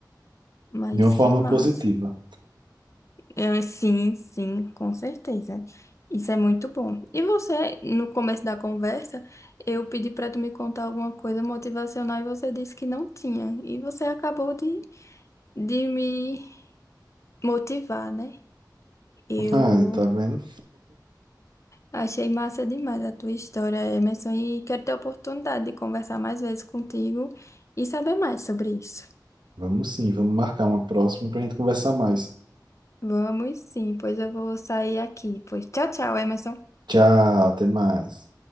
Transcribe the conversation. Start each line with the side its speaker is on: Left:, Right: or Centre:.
Left: Mas
Right: de uma forma
Left: que massa.
Right: positiva.
Left: É, sim, sim, com certeza. Isso é muito bom. E você, no começo da conversa, eu pedi para tu me contar alguma coisa motivacional e você disse que não tinha. E você acabou de, de me motivar, né? Eu
Right: <laughs> Ah, tá vendo?
Left: Achei massa demais a tua história, Emerson, e quero ter a oportunidade de conversar mais vezes contigo e saber mais sobre isso.
Right: Vamos sim, vamos marcar uma próxima para a gente conversar mais.
Left: Vamos sim, pois eu vou sair aqui. Pois tchau, tchau, Emerson.
Right: Tchau, até mais.